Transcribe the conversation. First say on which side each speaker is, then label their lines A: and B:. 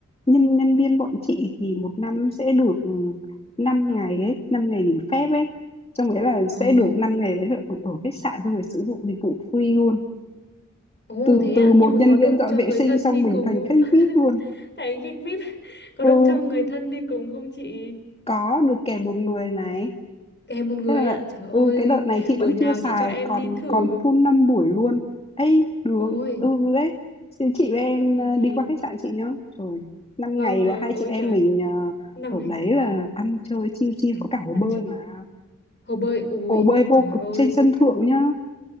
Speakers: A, on the left (about 20°); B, on the left (about 35°).
A: nhân nhân viên bọn chị thì một năm sẽ được ừ, 5 ngày ấy, 5 ngày nghỉ phép ấy. Trong đấy là sẽ
B: ồ
A: được 5 ngày đấy là ở, ở khách sạn xong rồi sử dụng dịch vụ free luôn.
B: ồ
A: Từ
B: thế
A: từ
B: ạ
A: một
B: nhưng mà
A: nhân
B: có được
A: viên dọn
B: cho
A: vệ
B: người
A: sinh
B: thân
A: xong
B: đi
A: mình
B: cùng
A: thành
B: không
A: khách
B: <laughs>
A: VIP luôn.
B: thành khách VIP có
A: Ừ,
B: được cho người thân đi cùng không chị
A: có được kèm một người này
B: Kèm một người
A: Thế là
B: ạ. Trời ơi,
A: ừ cái đợt này chị
B: buổi
A: vẫn
B: nào
A: chưa xài
B: chị cho em
A: còn
B: đi thử.
A: còn full 5 buổi luôn. ấy được
B: Ôi,
A: ừ được ấy. Chị chị với em
B: thế
A: ờ,
B: thì
A: đi qua khách sạn chị nhá. Trời, 5
B: vâng
A: ngày
B: vâng,
A: là hai
B: ôi
A: chị em
B: trời,
A: mình
B: năm
A: ờ,
B: này.
A: ở đấy là ăn chơi chiêu chiêu
B: Rồi,
A: có cả hồ
B: ăn
A: bơi
B: chui.
A: mà.
B: Hồ bơi ui,
A: Hồ bơi vô
B: trời
A: cực
B: ơi,
A: trên sân thượng nhá.